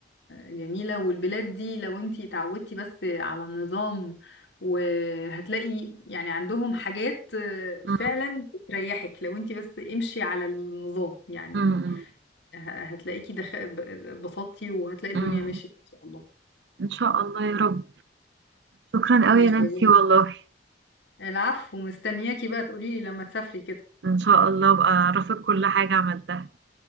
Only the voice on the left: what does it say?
جميلة والبلاد دي لو انتي اتعودتي بس على النظام وهتلاقي يعني عندهم حاجات آه، فعلا
بتريحك لو انتي بس امشي على النظام يعني
ه- هتلاقيكي دخ... ب- اتبسطتي وهتلاقي الدنيا
مشيت ان شاء الله
ماشي
يا جان
العفو مستنياكي بقى تقوليلي لما تسافري كده